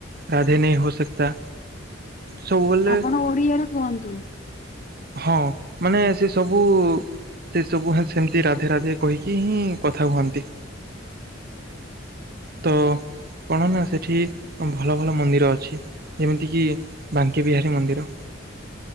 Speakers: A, on the right (about 50°); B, on the left (about 40°).
A: ରାଧେ ନେହି ହୋ ସକତା ସବୁବେଳେ
B: ଆପଣ ଓଡିଆରେ କୁହନ୍ତୁ।
A: ହଁ ମାନେ ସେ ସବୁ ସେସବୁଁ ସେମିତି ରାଧେ ରାଧେ କହିକି ହିଁ କଥା ହୁଅନ୍ତି। ତ କଣ ନା ସେଠି ଭଲ ଭଲ ମନ୍ଦିର ଅଛି। ଯେମିତି କିି ବାଙ୍କି ବିହାରୀ ମନ୍ଦିର।